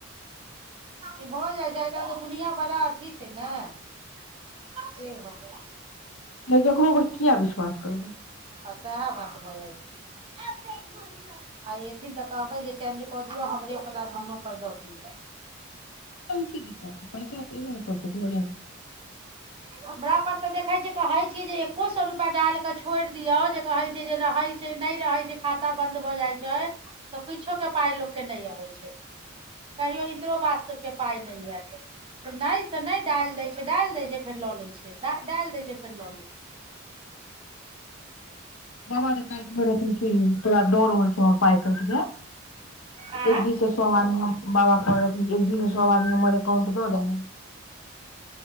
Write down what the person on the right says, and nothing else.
ई भऽ जाइ छै आइ काल्हि के दुनिया बड़ा अथी छय नय कि भ जाइय छय
हँ सेहे बात भ जाइ छैइ आये एथिन तऽ कहबै जे चेंज कऽ दियऔ हमरे बला दुनू पर दऽ दियौ
हमरा पर तऽ देखैत छ कहैत छियै जे एक्को सौ रुपा डाल कऽ छोड़ि दियौ जे कहैत छय जे रहैत छय नहि रहैत छय त खाता बन्द भऽ जाइ छय तऽ किछोके के पाइ लोकके नहि अबै छय कहियो इन्दिरो आवास सभके पाइ नई आयत नहि से नई डालि दैत छय डालि दैत छय फेर लऽ लए छय डालि दै छय फेर लऽ लए छय
आ